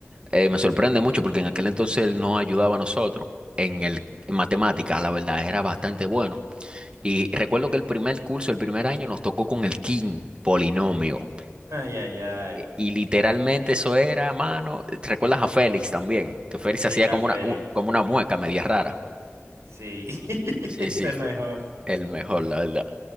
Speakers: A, on the right; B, on the right.
A: Eh, me sorprende mucho porque en aquel entonces él nos ayudaba a nosotros en el en matemáticas, la verdad, era bastante bueno. Y recuerdo que el primer curso, el primer año, nos tocó con el king polinomio.
B: Ay, ay, ay.
A: E- Y literalmente eso era, mano. ¿te ¿Recuerdas a Félix también? Que Félix
B: Sí,
A: hacía
B: a
A: como
B: Feli.
A: una, u- como una mueca media rara.
B: Sí, <laughs>
A: Sí,
B: es
A: sí,
B: el
A: sí.
B: mejor.
A: El mejor, la verdad.